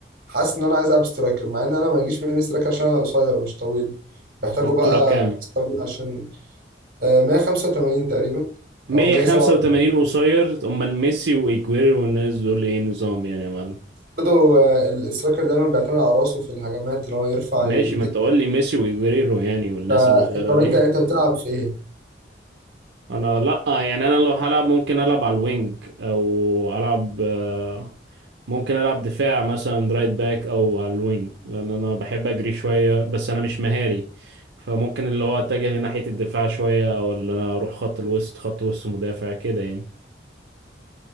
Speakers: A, on the right; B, on the right.
A: حاسس ان انا عايز العب سترايكر مع ان انا ما يجيش مني سترايكر عشان انا قصير مش طويل بيحتاجوا
B: الطولة
A: بقى
B: كام
A: ناس طويل عشان آه، 185 تقريبا
B: 185
A: او 187
B: قصير امال ميسي وايجويرو والناس دول ايه نظام يعني يا معلم
A: برضه آه، السترايكر دايما بيعتمد على راسه في الهجمات اللي هو يرفع
B: ماشي
A: يتك
B: ما انت قول لي ميسي وايجويرو يعني والناس
A: فانت
B: القصيرة
A: طب
B: دي
A: انت انت
B: <laughs>
A: بتلعب في ايه؟
B: انا لا يعني انا لو هلعب ممكن العب على الوينج او العب آه، ممكن العب دفاع مثلا رايت باك او على الوينج لان انا بحب اجري شويه بس انا مش مهاري فممكن اللي هو اتجه لناحيه الدفاع شويه او اللي انا اروح خط الوسط خط وسط مدافع كده يعني